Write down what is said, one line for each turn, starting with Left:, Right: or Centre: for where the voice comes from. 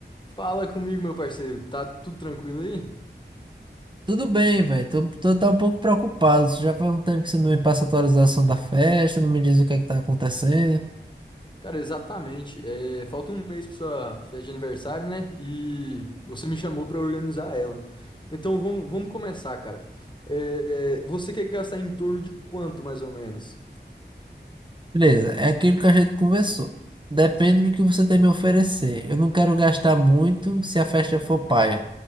Left: Fala comigo, meu parceiro. Tá tudo tranquilo aí?
Right: Tudo bem, velho. Tô, tô tá um pouco preocupado. Você já faz um tempo que você não me passa a atualização da festa, não me diz o que é que tá acontecendo.
Left: Cara, exatamente. É, falta um mês pra sua festa de aniversário, né? E você me chamou pra organizar ela. Então vamos, vamos começar, cara. É, é, você quer gastar em torno de quanto, mais ou menos?
Right: Beleza, é aquilo que a gente conversou. Depende do que você tem me oferecer. Eu não quero gastar muito se a festa for paia.